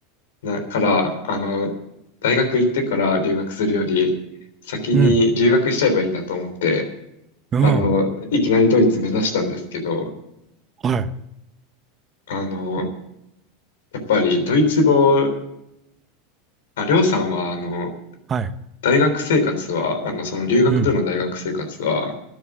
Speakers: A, on the left; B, on the right.
A: だから、あの、大学行ってから留学するより、先に留学しちゃえばいいんだと思って、
B: い、うん、うん、
A: あの、いきなりドイツ目指したんですけど、
B: はい、
A: あの、やっぱりドイツ語、あ、りょうさんは、あの、
B: はい、
A: 大学生活は、あの、その留学での大学生活は、
B: うん、